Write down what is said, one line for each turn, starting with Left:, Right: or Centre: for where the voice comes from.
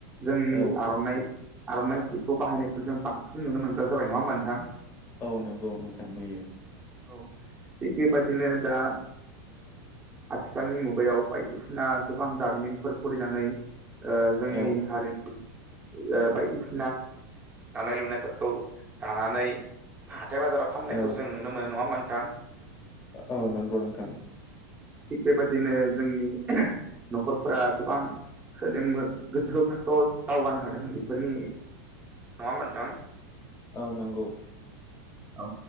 Right: जोंनि
Left: औ
Right: आर'नाइ आर'नाइ सिखौ बाहायनायखौ जों बांसिन नुनो मोनग्रा जाबाय नङा होनबा नोंथां।
Left: औ नंगौ नोंथां नुयो
Right: औ थिग बेबादिनो दा आथिखालनि मुगायाव बायदिसिना गोबां दारिमिनफोर खुलिनानै जोंनि
Left: औ
Right: हारिनि बायदिसिना दानाय लुनायफोरखौ दानानै हाथाय बाजाराव फाननायखौ
Left: औ
Right: जों नुनो मोनो नङा मोनथां
Left: औ नंगौ नोंथां
Right: थिग बेबायदिनो जोंनि न'खरफोरा गोबां स जोंबो गोजौ थाखोआव दावगानो हादों बेफोरनि नङामोन नोंथां।
Left: औ नंगौ
Right: औ